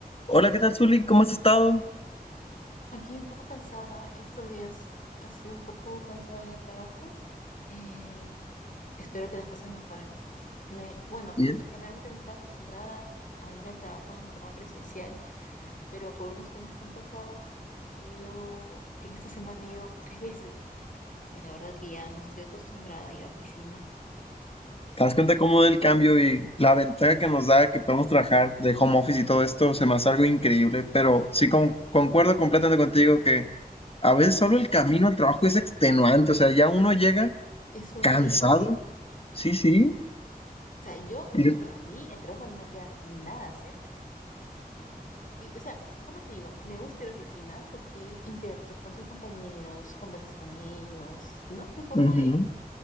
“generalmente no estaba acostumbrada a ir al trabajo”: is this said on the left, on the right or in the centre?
Left